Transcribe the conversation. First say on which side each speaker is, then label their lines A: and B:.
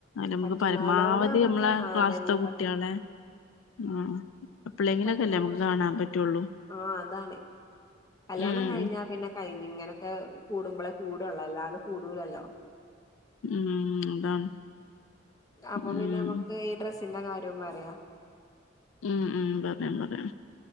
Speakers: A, on the left; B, on the left.
A: നമുഴ്
B: പറ്റ്ണോലോട്
A: പരമാവധി
B: നമ്മക്ക്
A: മ്മളെ
B: ആഹ്
A: ക്ലാസ്ത്തെ
B: അതന്നെ
A: കുട്ട്യേളെ
B: പറ്റ്
A: ആഹ് എപ്പള്ളേങ്കിലക്കല്ലെ
B: പറ്റ്ണോലോട്
A: അമ്മക്ക് കാണാൻ പറ്റുള്ളൂ.
B: ആഹ് അതാണ് കല്യാണം
A: ഉം
B: കയിഞ്ഞാ പിന്നെ കഴിഞ് ഇങ്ങനോക്കെ കൂടുമ്പളെ കൂടള്ളൂ അല്ലാതെ കൂടൂലല്ലോ
A: മ് അതാണ്
B: അപ്പൊ
A: ഉം
B: പിന്നെ മക്ക് ഈ ഡ്രസ്സിന്റെ കാര്യോം പറയാ
A: ഉം ഉം പറയാ പറയാ